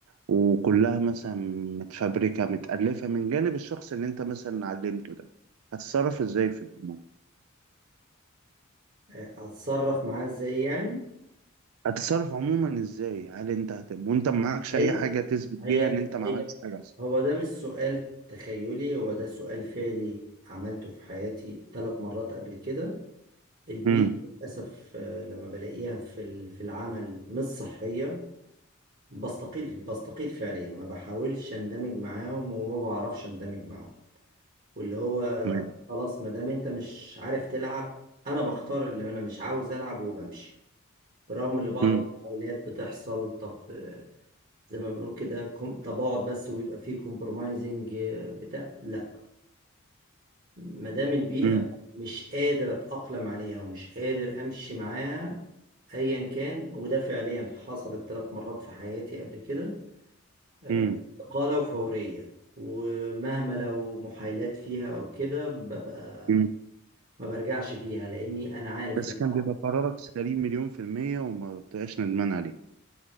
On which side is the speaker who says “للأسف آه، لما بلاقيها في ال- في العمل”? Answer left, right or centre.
Right